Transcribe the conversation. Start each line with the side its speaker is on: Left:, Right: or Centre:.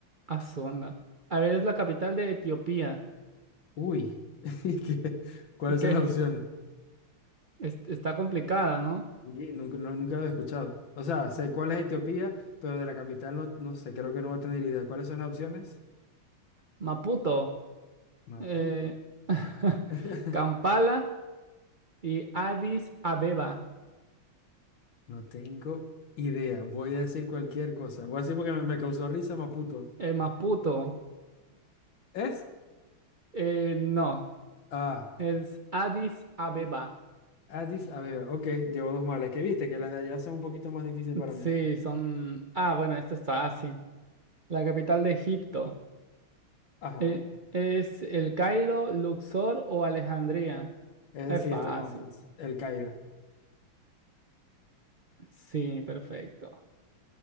Right: a su onda. A ver, es la capital de Etiopía.
Left: Uy. <laughs> ¿Qué? ¿Cuáles
Right: ¿Qué?
Left: son las opciones?
Right: es- está complicada, ¿no?
Left: Y nunca, no- nunca lo he escuchado. O sea, sé cuál es Etiopía, pero de la capital no, no sé, creo que no voy a tener idea. ¿Cuáles son las opciones?
Right: Maputo,
Left: Maputo.
Right: eh, <laughs>
Left: <laughs>
Right: Kampala y Addis Abeba.
Left: No tengo idea. Voy a decir cualquier cosa. Voy a decir porque me, me causó risa Maputo.
Right: Eh, Maputo.
Left: ¿Es?
Right: Eh, no,
Left: Ah,
Right: es Addis Abeba.
Left: Addis Abeba. Ok, llevo dos malas. ¿Qué viste que las de allá son un poquito más difíciles para
Right: Sí,
Left: mí.
Right: son... Ah, bueno, esto está fácil. La capital de Egipto.
Left: Ajá.
Right: Eh, ¿es El Cairo, Luxor o Alejandría?
Left: Esa
Right: Es
Left: sí
Right: fácil.
Left: está más fácil. El Cairo.
Right: Sí, perfecto.